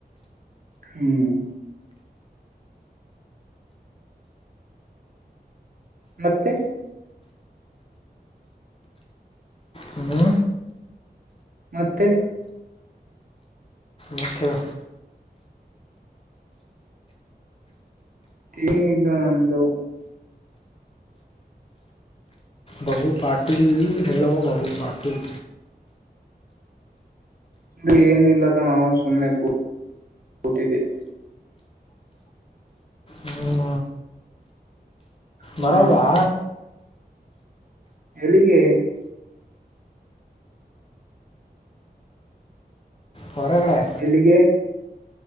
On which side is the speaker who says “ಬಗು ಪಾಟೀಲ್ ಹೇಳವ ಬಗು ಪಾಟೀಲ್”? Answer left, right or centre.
Left